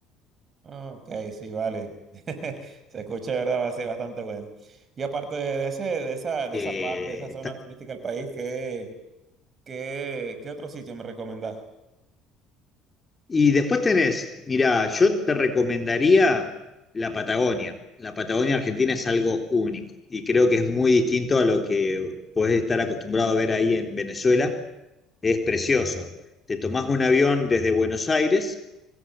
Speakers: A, on the right; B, on the left.
A: Ah, Ok, sí, vale. <laughs> Se escucha, de ¿verdad? Va a ser bastante bueno. Y aparte de ese, de esa, de
B: eh,
A: esa parte, de esa zona
B: está-
A: turística del país, ¿qué, qué, qué otro sitio me recomendás?
B: Y después tenés, mirá, yo te recomendaría la Patagonia. La Patagonia Argentina es algo único y creo que es muy distinto a lo que podés estar acostumbrado a ver ahí en Venezuela. Es precioso. Te tomás un avión desde Buenos Aires